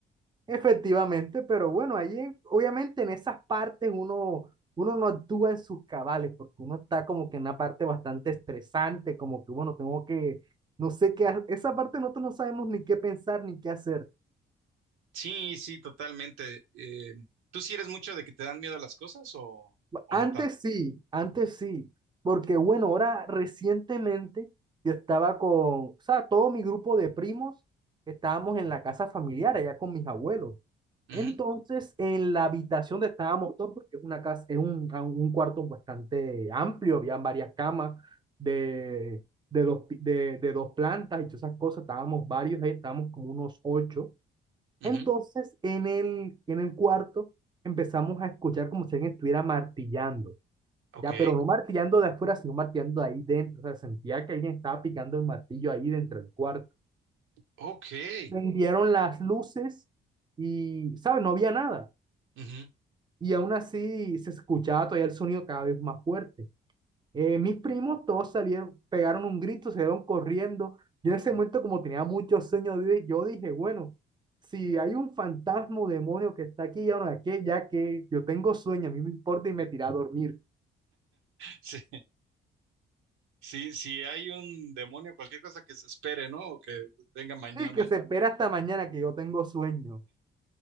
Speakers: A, on the right; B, on the right.
A: Efectivamente, pero bueno, allí obviamente en esas partes uno, uno no actúa en sus cabales, porque uno está como que en una parte bastante estresante, como que bueno, tengo que, no sé qué, ha- esa parte nosotros no sabemos ni qué pensar ni qué hacer.
B: Sí, sí, totalmente. Eh, ¿tú sí eres mucho de que te dan miedo las cosas o, o
A: Antes
B: no tanto?
A: sí, antes sí, porque bueno, ahora recientemente yo estaba con, o sea, todo mi grupo de primos estábamos en la casa familiar allá con mis abuelos.
B: Ujú,
A: Entonces, en la habitación donde estábamos todos, porque es una casa, es un, a- un cuarto bastante amplio, había varias camas de, de, dos, pi- de, de dos plantas y todas esas cosas, estábamos varios ahí, estábamos como unos ocho.
B: ujú.
A: Entonces, en el, en el cuarto empezamos a escuchar como si alguien estuviera martillando.
B: Ok,
A: Ya, pero no martillando de afuera, sino martillando de ahí dentro. O sea, sentía que alguien estaba picando el martillo ahí dentro del cuarto.
B: ok.
A: Prendieron las luces y, ¿sabes? No había nada.
B: Ujú.
A: Y aún así se escuchaba todavía el sonido cada vez más fuerte. Eh, mis primos todos salieron, pegaron un grito, se dieron corriendo. Yo en ese momento, como tenía muchos sueños, di- yo dije, bueno, si hay un fantasma o demonio que está aquí, ya no, que, ya que yo tengo sueño, a mí me importa y me tiré a dormir.
B: <laughs> Sí, sí, sí hay un demonio, cualquier cosa que se espere, ¿no? O que venga mañana.
A: Sí, que se espera hasta mañana que yo tengo sueño.